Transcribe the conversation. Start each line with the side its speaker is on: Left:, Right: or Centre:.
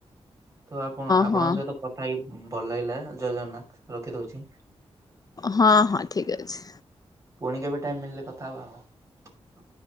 Right: ତ ଆପଣ ଆପଣଙ୍କ
Left: ହଁ
Right: ସହିତ କଥା ହେଇ ଭଲ ଲାଗିଲା ଜୟ ଜଗନ୍ନାଥ ରଖି ଦଉଛି।
Left: ହଁ ହଁ ଠିକ ଅଛି।
Right: ପୁଣି କେବେ ଟାଇମ ମିଳିଲେ କଥା ହବା ଆଉ